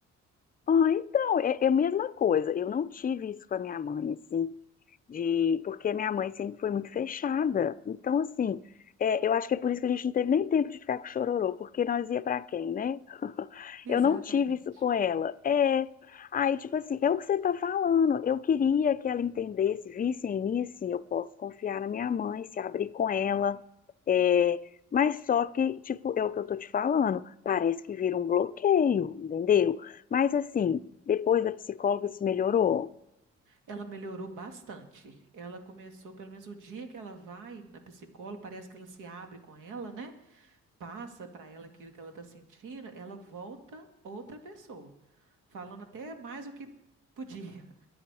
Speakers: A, on the left (about 30°); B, on the right (about 85°).
A: Ah, então, é, é a mesma coisa. Eu não tive isso com a minha mãe, assim, de porque a minha mãe sempre foi muito fechada. Então, assim, é, eu acho que é por isso que a gente não teve nem tempo de ficar com o chororô, porque nós ia pra quem, né? <laughs>
B: Exatamente.
A: Eu não tive isso com ela. É. Aí, tipo assim, é o que você tá falando. Eu queria que ela entendesse, visse em mim, assim, eu posso confiar na minha mãe, se abrir com ela. É, mas só que, tipo, é o que eu tô te falando. Parece que vira um bloqueio, entendeu? Mas assim, depois da psicóloga se melhorou?
B: Ela melhorou bastante. Ela começou, pelo menos o dia que ela vai na psicóloga, parece que ela se abre com ela, né? passa para ela aquilo que ela está sentindo, ela volta outra pessoa, falando até mais do que podia. <laughs>